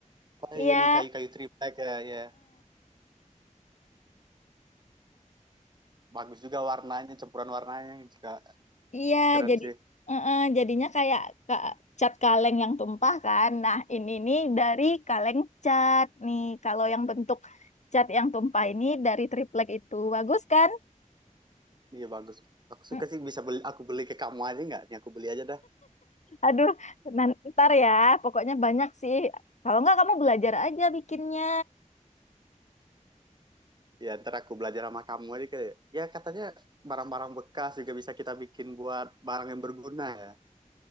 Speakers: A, on the right; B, on the left.
A: Oh
B: Iya.
A: iya nih kayu-kayu triplek ya, ya. Bagus juga warnanya, campuran warnanya juga
B: Iya,
A: keren
B: jadi
A: sih.
B: eh, eh, jadinya kayak ka- cat kaleng yang tumpah kan. Nah, ini nih dari kaleng cat nih. Kalau yang bentuk cat yang tumpah ini dari triplek itu bagus kan?
A: Iya bagus. Aku suka
B: Mm,
A: sih bisa beli aku beli ke kamu aja nggak? Nih aku beli aja dah.
B: Aduh, nan- ntar ya. Pokoknya banyak sih. Kalau nggak kamu belajar aja bikinnya.
A: Ya ntar aku belajar sama kamu aja kayak ya katanya barang-barang bekas juga bisa kita bikin buat barang yang berguna ya.